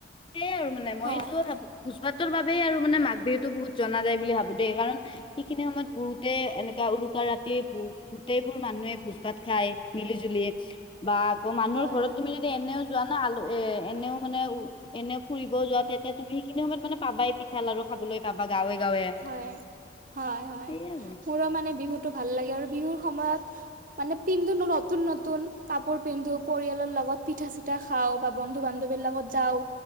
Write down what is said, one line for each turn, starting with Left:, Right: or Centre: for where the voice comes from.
Left: সেইয়াই আৰু মানে মইটো
Right: হয়,
Left: ভাবো ভোজ ভাতৰ বাবেই আৰু মানে মাঘ বিহুটো বহুত জনা যায় বুলি ভাবো দেই। কাৰণ সিখিনি সময়ত বহুতে এনেকা উৰুকা ৰাতিয়ে পু গোটেইবোৰ মানুহে ভোজ ভাত খাই, মিলি জুলি বা আকৌ মানুহৰ
Right: হয়,
Left: ঘৰত তুমি এনেও যোৱা ন আলু এ এনেও মানে উ এনে ফুৰিবও যোৱা তেন্তে তুমি সেইখিনি সময়ত মানে পাবাই পিঠা লাৰু খাবলৈ পাবা গাঁৱে গাঁৱে।
Right: হয়, হয় হয়,
Left: সেইয়াই আৰু
Right: মোৰো মানে বিহুটো ভাল লাগে আৰু বিহুৰ সময়ত মানে পিন্ধো নো নতুন নতুন, কাপোৰ পিন্ধো পৰিয়ালৰ লগত পিঠা চিঠা খা খাওঁ বা বন্ধু বান্ধৱীৰ লগত যাওঁ,